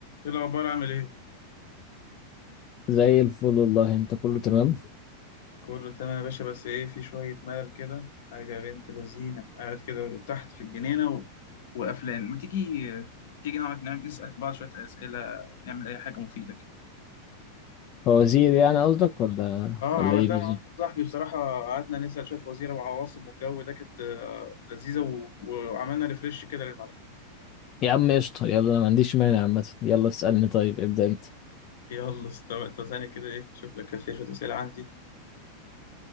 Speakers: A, on the left; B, on the left.
A: ايه الاخبار عامل ايه
B: زي الفل والله انت كله تمام
A: كله تمام يا باشا بس ايه في شويه ملل كده حاجه يا بنت لذينه قاعد كده تحت في الجنينه و... وقفلان ما تيجي تيجي نقعد نعمل نسال بعض شويه اسئله نعمل اي حاجه مفيده كده
B: فوزير يعني قصدك ولا
A: اه
B: ولا
A: عملتها
B: ايه بالظبط
A: مع واحد صاحبي بصراحه قعدنا نسال شويه وزير وعواصم والجو ده كانت آه، لذيذه و... وعملنا ريفريش كده للمعلومات
B: يا عم قشطة يلا انا ما عنديش مانع عامة يلا اسألني طيب ابدأ انت
A: يلا استوى طب ثانيه كده ايه شوف لك كان فيها شويه اسئله عندي